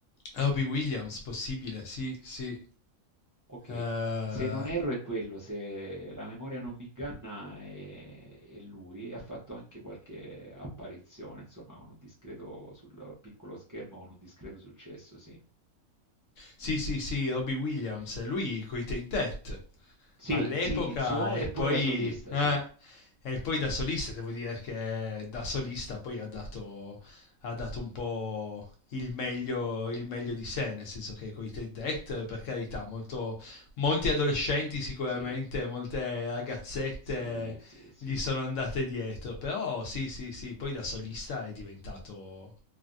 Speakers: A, on the left; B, on the right.
A: Robbie Williams, possibile, sì, sì.
B: Ok,
A: Eh,
B: se non erro è quello, se la memoria non mi inganna è, è lui, e ha fatto anche qualche apparizione, insomma, con un discreto sul piccolo schermo, con un discreto successo, sì.
A: Sì, sì, sì, Robbie Williams, lui coi Take That
B: Sì,
A: all'epoca
B: si iniziò
A: e
B: e poi
A: poi,
B: da solista,
A: eh,
B: sì.
A: e poi da solista, devo dire che da solista poi ha dato, ha dato un po' il meglio, il meglio di sé, nel senso che con i Ted Dead, per carità, molto, molti adolescenti sicuramente,
B: Sì,
A: molte ragazzette
B: sì, sì, sì.
A: gli sono andate dietro, però sì, sì, sì, poi da solista è diventato,